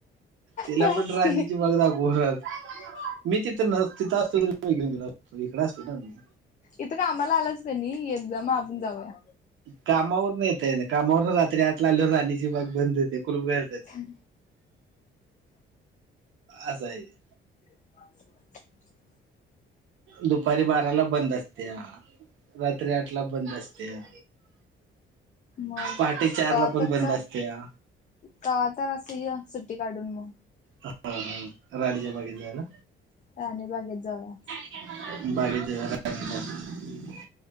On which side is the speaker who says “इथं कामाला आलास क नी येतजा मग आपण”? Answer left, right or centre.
Left